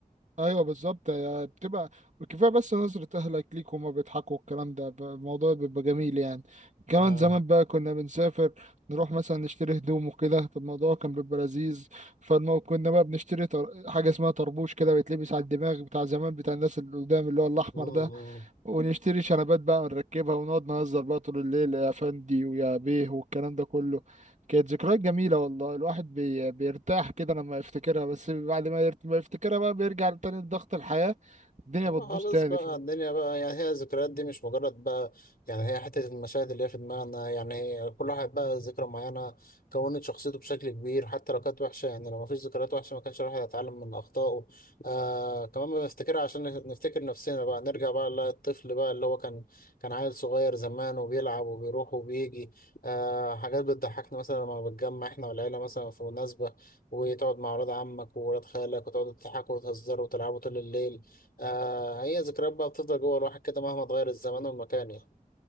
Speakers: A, on the right; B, on the left.
A: ايوه بالظبط يا- بتبقى كفايه بس نظره اهلك ليك وهما بيضحكوا الكلام ده ب- الموضوع بيبقى جميل يعني كمان
B: اه
A: زمان بقى كنا بنسافر نروح مثلا نشتري هدوم وكده فالموضوع كان بيبقى لذيذ فالمو كنا بقى بنشتري طر... حاجه اسمها طربوش كده بيتلبس على الدماغ بتاع زمان بتاع الناس اللي قدام اللي هو الاحمر
B: مم،
A: ده
B: مم.
A: ونشتري شنبات بقى ونركبها ونقعد نهزر بقى طول الليل يا فندي ويا بيه والكلام ده كله كانت ذكريات جميلة والله الواحد بي... بيرتاح كده لما يفتكرها بس بعد ما, يرت... ما يفتكرها بقى بيرجع تاني لضغط الحياة الدنيا
B: اه
A: بتبوظ
B: خلاص
A: تاني
B: بقى الدنيا بقى يعني هي الذكريات دي مش مجرد بقى يعني هي حتة المشاهد اللي هي في دماغنا يعني هي كل واحد بقى ذكرى معينة كونت شخصيته بشكل كبير حتى لو كانت وحشة يعني لو مفيش ذكريات وحشة ما كانش الواحد هيتعلم من أخطائه آه كمان بنفتكرها عشان نفتكر نفسنا بقى نرجع بقى للطفل بقى اللي هو كان كان عيل صغير زمان وبيلعب وبيروح وبيجي آه حاجات بتضحكنا مثلا لما بنتجمع احنا والعيلة مثلا في مناسبة وتقعد مع ولاد عمك وولاد خالك وتقعدوا تضحكوا وتهزروا وتلعبوا طول الليل آه هي ذكريات بقى بتفضل جوه الواحد كده مهما اتغير الزمان والمكان يعني